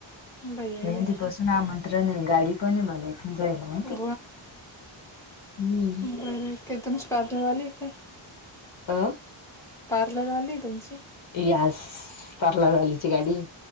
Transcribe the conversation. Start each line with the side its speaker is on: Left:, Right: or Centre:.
Centre: बाई बाई
Left: मेहंदीपासून
Centre: बाई
Left: आमंत्रण गाडी पण आहे मला एक जायला मला
Centre: हो
Left: हम्म
Centre: बरं काय तुमची पातळीवाली इथे
Left: अह
Centre: पार्लरवाली आहे तुमची?
Left: येस पार्लरवाडीची गाडी